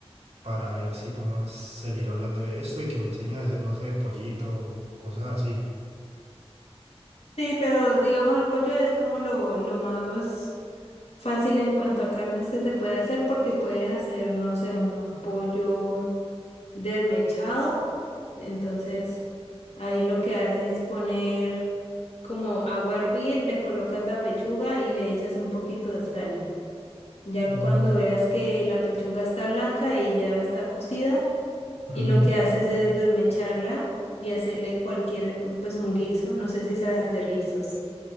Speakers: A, on the right (about 75°); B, on the left (about 75°).
A: para ver si podemos seguir hablando de esto y que me enseñes a hacer, no sé, pollito, cosas así.
B: Sí, pero digamos el pollo es como lo, lo más fácil en cuanto a carnes que se puede hacer porque puedes hacer, no sé, un pollo. desmechado. Entonces, ahí lo que haces es poner como agua a hervir, le colocas la pechuga y le echas un poquito de sal. Ya
A: Mm,
B: cuando veas que la pechuga está blanca y ya está cocida,
A: ujú.
B: y lo que haces es desmecharla y hacerle cualquier, pues un guiso, no sé si sabes hacer guisos.